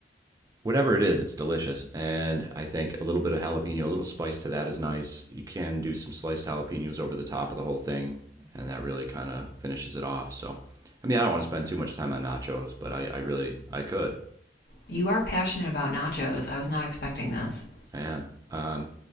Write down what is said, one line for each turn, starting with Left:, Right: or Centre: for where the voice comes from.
Right: whatever it is, it's delicious. And I think a little bit of jalapeno, a little spice to that is nice. You can do some sliced jalapenos over the top of the whole thing, and that really kind of finishes it off. So, I mean, I don't want to spend too much time on nachos, but I, I really, I could.
Left: You are passionate about nachos. I was not expecting this.
Right: I am. Um,